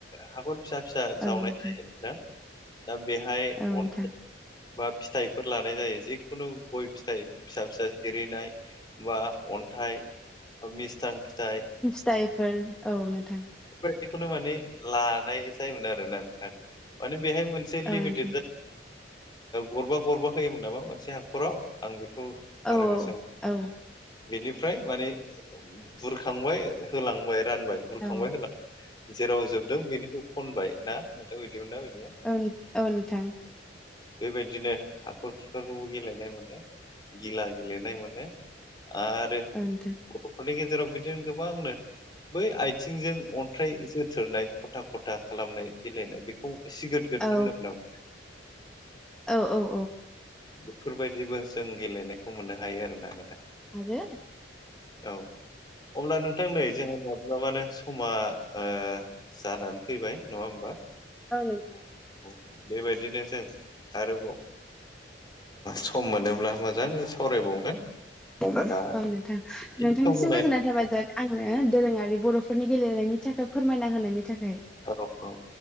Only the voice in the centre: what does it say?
औ नोंथां
औ
नोंथां
जायफोर औ नोंथां।
औ नोंथां
औ
औ
औ
ओं औ नोंथां।
औ नोंथां
औ
औ औ।
आरो
आं नोंथां।
<unintelligible>
औ नोंथां
नोंथांनिसिम
गोजोननाय
थाबाय आंनो दोरोङारि बर'फोरनि गेलेनायनि थाखाय फोरमायना होनायनि थाखाय।